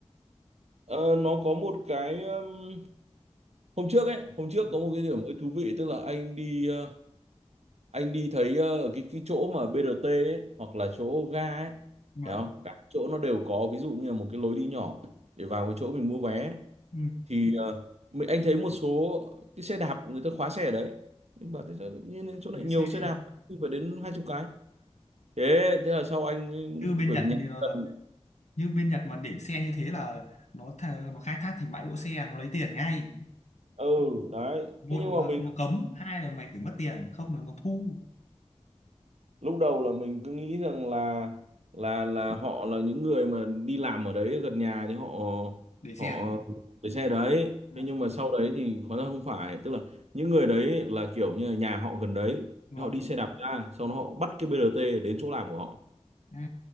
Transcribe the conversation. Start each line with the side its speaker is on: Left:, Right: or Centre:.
Right: ờ, nó có một cái um, hôm trước ấy hôm trước
Left: Vâng.
Right: có một cái điểm hơi thú vị tức là anh đi ờ, anh đi thấy ờ, ở cái cái chỗ mà BRT ấy, hoặc là chỗ ga ấy
Left: nhưng
Right: thấy
Left: mà
Right: không cả chỗ nó đều có ví dụ như là một cái lối đi nhỏ để vào cái chỗ mình mua vé
Left: ừ,
Right: thì ờ, mình- anh thấy một số cái xe đạp người ta khóa xe ở đấy nhưng bảo thế sao tự nhiên chỗ này
Left: gửi
Right: nhiều
Left: xe
Right: xe đạp phải đến hai chục cái thế thế là sau anh
Left: như bên
Right: bởi
Left: Nhật
Right: vì nhà
Left: như,
Right: anh
Left: là-
Right: gần
Left: như bên Nhật mà để xe như thế là nó tha- nó khai thác thành bãi đỗ xe nó lấy tiền ngay
Right: ừ đấy
Left: một
Right: thế nhưng mà
Left: là
Right: mình
Left: nó cấm hai là mày phải mất tiền không là nó thu
Right: lúc đầu là mình cứ nghĩ rằng là là là họ là những người mà đi làm ở đấy gần nhà thì họ
Left: để xe
Right: họ
Left: đấy
Right: để xe đấy
Left: vâng
Right: thế nhưng mà sau đấy thì hóa ra không phải tức là những người đấy là kiểu như là nhà họ gần đấy
Left: vâng.
Right: họ đi xe đạp ra sau đó họ bắt cái BRT đến chỗ làm của họ
Left: à,